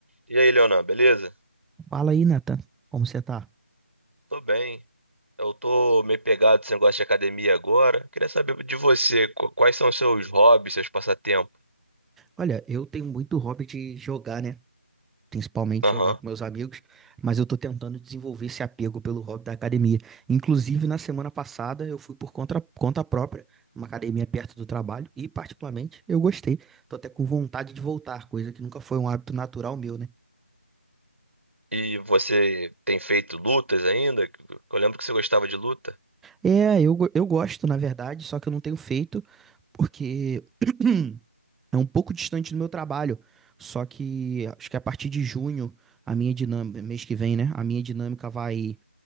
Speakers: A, on the right; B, in the centre.
A: E aí, Leonan, beleza?
B: Fala aí, Nathan. Como você tá?
A: Tô bem. Eu tô meio pegado nesse negócio de academia agora. Queria saber de você, qu- quais são os seus hobbies, seus passatempos?
B: Olha, eu tenho muito hobby de jogar, né? Principalmente
A: Aham.
B: jogar com meus amigos, mas eu tô tentando desenvolver esse apego pelo hobby da academia. Inclusive, na semana passada, eu fui por conta, conta própria, uma academia perto do trabalho, e particularmente eu gostei. Tô até com vontade de voltar, coisa que nunca foi um hábito natural meu, né?
A: E você tem feito lutas ainda? Que- Eu lembro que você gostava de luta.
B: É, eu, go- eu gosto, na verdade, só que eu não tenho feito, porque <clears throat> É um pouco distante do meu trabalho, só que acho que a partir de junho, a minha dinâmica, mês que vem, né? A minha dinâmica vai